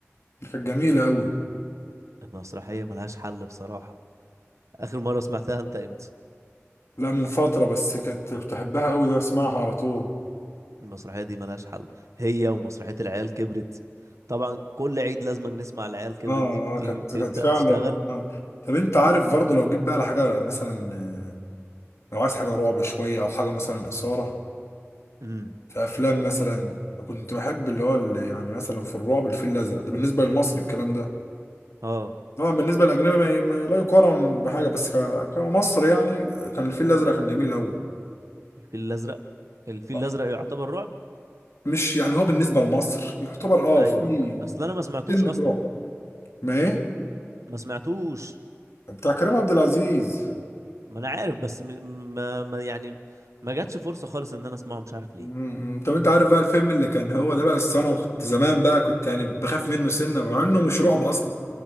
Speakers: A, on the left; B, on the right.
A: كانت جميلة قوي
B: المسرحية ملهاش حل بصراحة اخر مرة سمعتها انت امتى
A: لا من فترة بس كنت كنت احبها قوي ده اسمعها على طول
B: المسرحية دي ملهاش حل هي ومسرحية العيال كبرت طبعا كل عيد لازم نسمع العيال كبرت
A: اه
B: دي بتيجي
A: اه كانت
B: بتبدأ
A: كانت فعلا
B: تشتغل
A: آه. طب انت عارف برضه لو جيت بقى لحاجة مثلا لو عايز حاجة رعب شوية أو حاجة مثلا إثارة
B: امم
A: في أفلام مثلا كنت بحب اللي هو اللي يعني مثلا في الرعب الفيل الأزرق ده بالنسبة للمصري الكلام ده
B: اه
A: طبعا بالنسبة للأجنبي ما ي- ما لا يقارن بحاجة بس ك- كمصر يعني كان الفيل الأزرق كان جميل أوي
B: الفيل الأزرق الفيل
A: آه.
B: الأزرق يعتبر رعب
A: مش يعني هو بالنسبة لمصر يعتبر أه
B: ايوه
A: في
B: اصل انا ما سمعتوش
A: سنة
B: اصلا
A: رعب ما إيه
B: ما سمعتوش
A: بتاع كريم عبد العزيز
B: ما انا عارف بس م... ما... ما يعني ما جاتش فرصة خالص ان انا اسمعه مش عارف ليه
A: م- م- طب انت عارف بقى الفيلم اللي كان هو ده بقى السنة وكنت زمان بقى كنت يعني بخاف منه سنة مع انه مش رعب اصلا